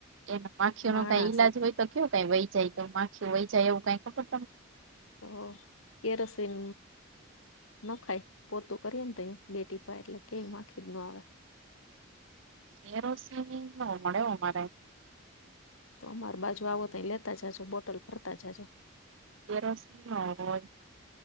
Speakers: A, on the right; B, on the left.
A: એ માખીઓ ન
B: માણસ
A: કઈ ઈલાજ હોય તો કેવ કઈ વહી જાય તો માખીઓ વહી જાય એવું કઈ ખબર
B: તો કેરોસિન ન ખાય પો તો કરીએ ને ત બેટીીપા એટલે કય માખી જ ના આવે
A: એરોસી ન મળેમારે
B: તો અમાર બાજુ આવો તો લેતા જાજો બોટલ ફરતા જાજો
A: કેરોસનમાં હોય